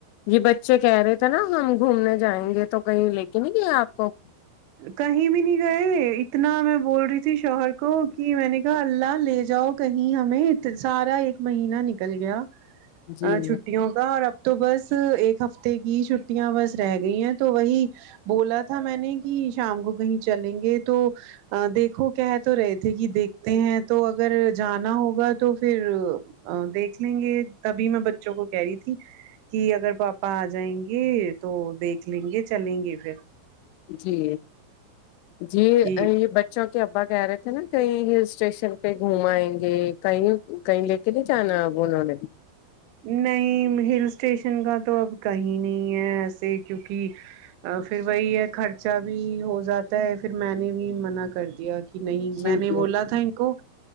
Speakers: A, on the left (about 85°); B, on the right (about 80°).
A: یہ بچے کہہ رہے تھے نا ہم گھومنے جائیں گے تو کہیں لے کے نہیں گے آپ کو
B: کہیں بھی نہیں گئے اتنا میں بول رہی تھی شوہر کو کہ میں نے کہا اللہ لے جاؤ کہیں ہمیں سارا ایک مہینہ نکل گیا
A: جی
B: چھٹیوں اور اب تو بس ایک ہفتے کی چھٹیاں بس رہ گئی ہیں تو وہی بولا تھا میں نے کہ شام کو کہیں چلیں گے تو دیکھو کہہ تو رہے تھے کہ دیکھتے ہیں تو اگر جانا ہوگا تو پھر ا دیکھ لیں گے تبھی میں بچوں کو کہہ رہی تھی کہ اگر پاپا آ جائیں گے تو دیکھ لیں گے چلیں گے پھر
A: جی جی یہ
B: کہ
A: ب چونکہ ابا کہہ رہے تھے نا کہیں ہل اسٹیشن پہ گھمائیں گے کہیں کہیں لے کے نہیں جانا بولنے
B: نہیں ہل اسٹیشن کا تو اب کہیں نہیں ہے ایسے کیونکہ پھر وہی ہے خرچہ بھی ہو جاتا ہے پھر میں نے بھی منع کر دیا کہ نہیں میں
A: جی
B: نے
A: جی
B: بولا تھا کو